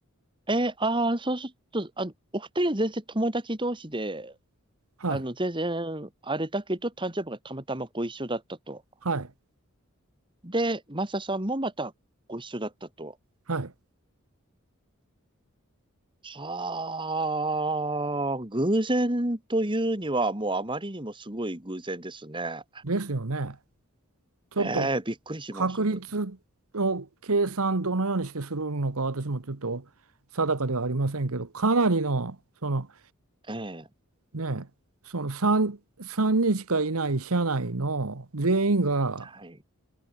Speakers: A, on the right (about 20°); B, on the right (about 75°).
A: え。えー、ああ、そうすると、あの、お二人は全然友達同士で、
B: はい。
A: あの、全然、あれだけど、誕生日がたまたまご一緒だったと。
B: はい。
A: で、マサさんもまたご一緒だったと。
B: はい。
A: はあ、偶然というには、もうあまりにもすごい偶然ですね。
B: ですよね。ちょっと
A: ええ、びっくりします。
B: 確率を計算どのようにしてするのか私もちょっと定かではありませんけどかなりのその
A: ええ、
B: ねその3、3人しかいない社内の全員が、
A: はい。